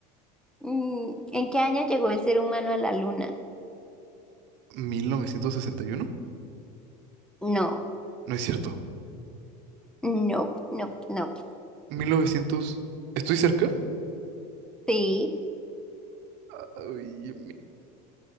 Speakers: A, in the centre; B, on the right (about 60°).
A: Mm, ¿En qué año llegó el ser humano a la luna?
B: ¿1961?
A: No,
B: No es cierto.
A: no, no, no.
B: 1900... ¿Estoy cerca?
A: Sí.
B: Ay,